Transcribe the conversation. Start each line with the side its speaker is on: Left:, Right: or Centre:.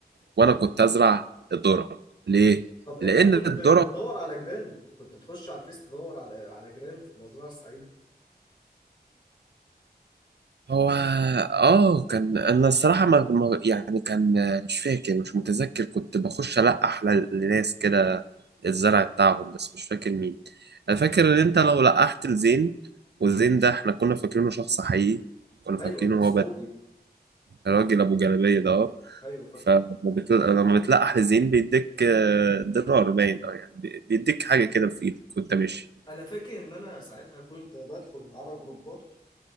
Right: وانا كنت ازرع الذره ليه
Left: طب أنت
Right: لان
Left: كنت
Right: الذره
Left: بتدور على جيران كنت بتخش على الفيس تدور على على جيران في المزرعة السعيدة
Right: هو اه كان انا الصراحه ما... ما... يعني كان آه، مش فاكر مش متذكر كنت بخش القح لل- لناس كده الزرع بتاعهم بس مش فاكر مين انا فاكر ان انت لو لقحت لزين والزين ده احنا كنا فاكرينه شخص حقيقي كنا
Left: ايوه
Right: فاكرينه
Left: السعودي
Right: هو بس الراجل ابو جلابيه ده اه
Left: ايوه فاكره
Right: فلما بت- لما بتلقح لزين بيديك آه، دينار باين اه يعني بي- بيديك حاجه كده في ايدك وانت ماشي
Left: انا فاكر ان انا ساعتها كنت بدخل على جروبات